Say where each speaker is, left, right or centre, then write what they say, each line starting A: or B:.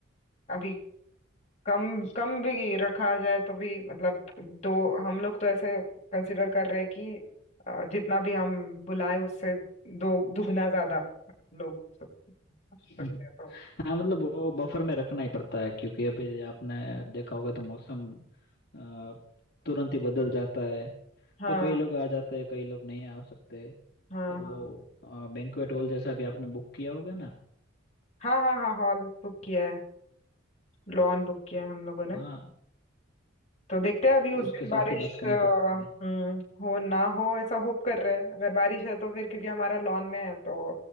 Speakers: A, on the left; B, on the left.
A: अभी कम कम भी रखा जाए तो भी मतलब दो हम लोग तो ऐसे कंसिडर कर रहे हैं कि अ, जितना भी हम बुलाए उससे दो दुगना ज्यादा लोग सक
B: <laughs>
A: सकते
B: हम्म।
A: हैं तो
B: हाँ मतलब वो बफर में रखना ही पड़ता है क्योंकि अभी आपने देखा होगा तो मौसम अ, तुरंत ही बदल जाता है
A: हाँ
B: तो कई लोग आ जाते हैं कई लोग नहीं आ सकते
A: हाँ
B: और वो
A: हाँ
B: बैंक्वेट हॉल जैसा भी आपने बुक किया होगा ना
A: हाँ हाँ हाँ हॉल बुक किया है लॉन बुक किया है हम लोगों ने
B: हाँ
A: तो देखते हैं अभी
B: तो
A: उस
B: उसके
A: दिन
B: साथ
A: बारिश
B: भी बात करनी
A: अ, हम्म
B: पड़ती है
A: हो ना हो ऐसा होप कर रहे हैं अगर बारिश है तो फिर क्योंकि हमारा लॉन में है तो